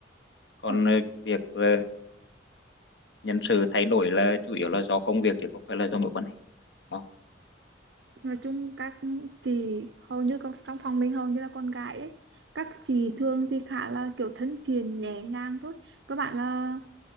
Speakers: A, on the left; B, on the right.
A: còn
B: nó
A: ờ, việc ờ, nhân sự thay đổi là chủ yếu là do công việc chứ không phải là do mối quan hệ Ờ.
B: nói chung các chị hầu như con trong phòng mình hầu như là con gái ấy các chị thường thì khá là kiểu thân thiện nhẹ nhàng thôi các bạn là